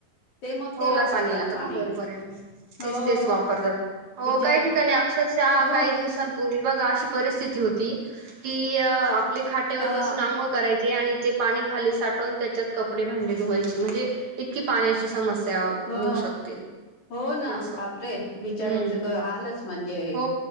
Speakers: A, on the left (about 60°); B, on the right (about 55°).
A: ते मग
B: हो
A: ते वापरतात पाणी
B: बरोबर आहे
A: हो
B: तेच तेच वापरतात हो
A: बिचार
B: काही ठिकाणी अक्षश हा
A: हो
B: काही दिवसांपूर्वी बघ अ परिस्थिती होती की आपली खाटेवर
A: हा
B: बसून अंगो कराय आणि ते पाणी खाली साठवून त्याच्यात कपडे भांडे धुवायचे म्हणजे इतकी पाण्याची समस्या त्या
A: हो
B: होऊ शकते
A: हो ना
B: असं
A: बापरे बिचाऱ्यांचं
B: हम्म
A: हालच म्हणजे
B: हो